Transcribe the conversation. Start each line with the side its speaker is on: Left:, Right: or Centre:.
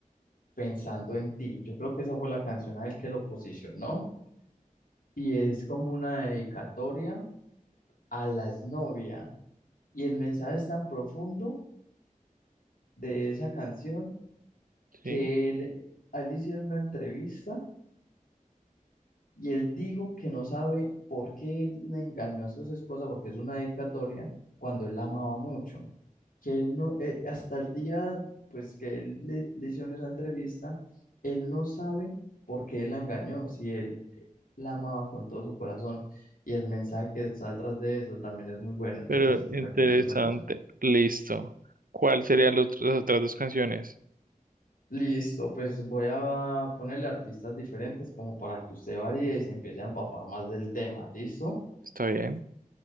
Left: Pensando en ti. Yo creo que esa fue la canción a él que lo posicionó y es como una dedicatoria a las novias. Y el mensaje es tan profundo de esa canción que
Right: Sí,
Left: él, a él le hicieron una entrevista Y él dijo que no sabe por qué él le engañó a su esposa, porque es una dedicatoria cuando él la amaba mucho. Que él no, eh, hasta el día, pues que él le, le hicieron esa entrevista, él no sabe por qué él la engañó, si él eh, la amaba con todo su corazón. Y el mensaje que está detrás de eso también es muy bueno, entonces
Right: pero
Left: te
Right: interesante.
Left: recomiendo esa canción.
Right: Listo. ¿Cuáles serían los- las otras dos canciones?
Left: Listo, pues voy a ponerle artistas diferentes como para que usted varíe y se empiece a empapar más del tema, ¿listo?
Right: ¿Está bien?